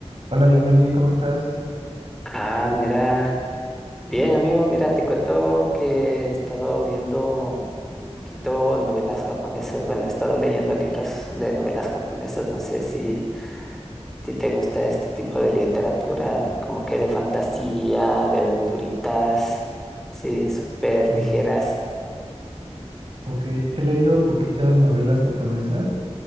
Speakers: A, on the right (about 55°); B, in the centre.
A: Hola Giovanni, ¿cómo estás?
B: Ah, mira, bien amigo, mira, te cuento que he estado viendo un poquito novelas japonesas, bueno, he estado leyendo libros de novelas japonesas, no sé si, si te gusta este tipo de literatura, como que de fantasía, de aventuritas, sí, súper ligeras.
A: Mm. Ok, he leído poquitas novelas japonesas.